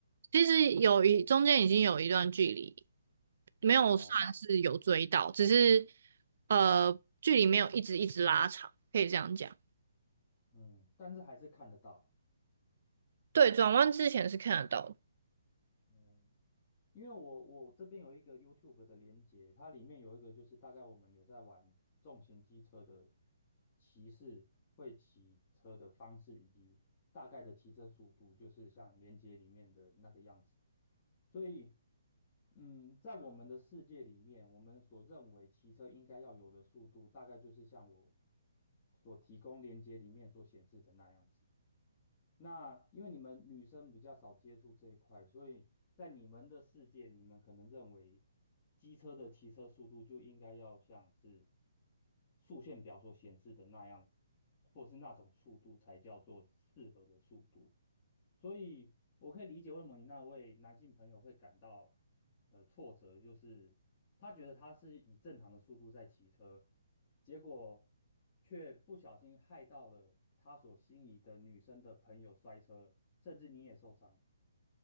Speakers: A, on the right; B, on the left.
A: 其实有一中间已经有一段距离，没有算是有追到，
B: 哦，
A: 只是呃距离没有一直一直拉长，可以这样讲。
B: 嗯，但是还是看得到。
A: 对，转弯之前是看得到的。
B: 嗯。因为我我这边有一个 YouTube 的连接，它里面有一个就是大概我们有在玩重型机车的骑士会骑车的方式，以及大概的骑车速度，就是像连接里面的那个样子。所以，嗯，在我们的世界里面，我们所认为骑车应该要有的速度，大概就是像我所提供连接里面所显示的那样子。那因为你们女生比较少接触这一块，所以在你们的世界，你们可能认为机车的骑车速度就应该要像是速限表所显示的那样，或是那种速度才叫做适合的速度。所以我可以理解为什么你那位男性朋友会感到呃挫折，就是他觉得他是以正常的速度在骑车，结果却不小心害到了他所心仪的女生的朋友摔车了，甚至你也受伤，